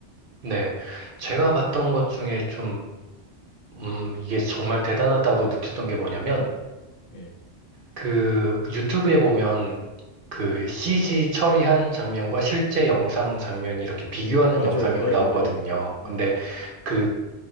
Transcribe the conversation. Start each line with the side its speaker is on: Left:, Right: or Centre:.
Right: 네, 제가 봤던 것 중에 좀, 음, 이게 정말 대단하다고 느꼈던 게 뭐냐면,
Left: 예.
Right: 그 유튜브에 보면 그 CG 처리한 장면과 실제 영상 장면이 이렇게 비교하는
Left: 맞아요.
Right: 영상이
Left: 예,
Right: 올라오거든요.
Left: 예, 예,
Right: 근데
Left: 예.
Right: 그